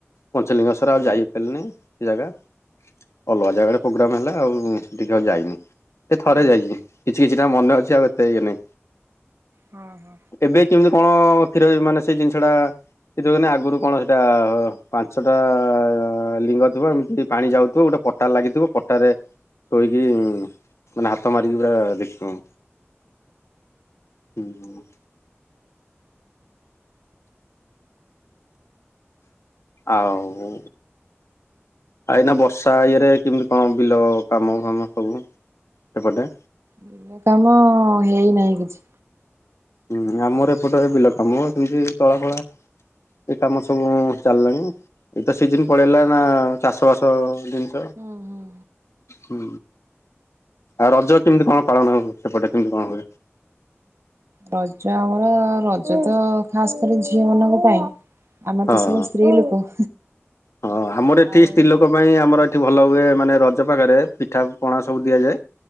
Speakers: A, on the left (about 80°); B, on the right (about 70°).
A: ପଞ୍ଚଲିଙ୍ଗେଶ୍ୱର ଆଉ ଯାଇପାରିଲିନି। ସେ ଜାଗା ଅଲଗା ଜାଗାରେ ପ୍ରୋଗ୍ରାମ ହେଲା। ଆଉ ଟିକେ ଆଉ ଯାଇନି, ସେ ଥରେ
B: ହଁ
A: ଯାଇଛି କିଛି କିଛିଟା ମନେ ଅଛି ଆଉ ଏତେ ଇଏ ନାଇଁ।
B: ହଁ।
A: ଏବେ କେମିତି କଣ କ୍ଷୀର ମାନେ ସେଇ ଜିନିଷ ଟା ସେଠ କହିଲେ ଆଗରୁ କଣ ସେଇଟା ପାଞ୍ଚଟା ଲିଙ୍ଗ ଥିବ ଏମିତି ପାଣି ଯାଉଥିବ ଗୋଟେ ପଟା ଲାଗିଥିବ ପଟାରେ ଶୋଇକି <inaudible> ମାନେ ହାତ ମାରିକି ପୁରା ଦେଖିବୁ । ହୁଁ। ଆଉ, ଆ ଏଇନା ବର୍ଷା ଇଏ ଟେ କେମିତି କଣ ବିଲ କାମ ଫାମ ସବୁ, ସେପଟେ?
B: ବିଲ କାମ ହେଇନାହିଁ କିଛି।
A: ହୁଁ ଆମର ଏପଟରେ ବିଲ କାମ ସେମିତି ତଳା ଫଳା ଏ କାମ ସବୁ ଚାଲିଲାଣି ଏଇତ ସିଜିନ ପଳେଇଲା ନା ଚାଷ ବାସ
B: ହୁଁ ହୁଁ।
A: ହୁଁ, ଆଉ ରଜ କେମିତି କଣ ପାଳନ ସେପଟେ କେମିତି କଣ ହୁଏ?
B: ରଜ ଆମର ରଜ ତ ଖାସ କରି ଝିଅ ମାନଙ୍କ ପାଇଁ ଆମେ
A: ହଁ।
B: ତ ସବୁ ସ୍ତ୍ରୀ ଲୋକ।
A: ହଁ ଆମର ଏଠି
B: ଆଉ
A: ସ୍ତ୍ରୀ ଲୋକ ପାଇଁ ଆମର ଏଠି ଭଲ ହୁଏ ମାନେ ରଜ ପାଖରେ ପିଠା ପଣା ସବୁ ଦିଆଯାଏ।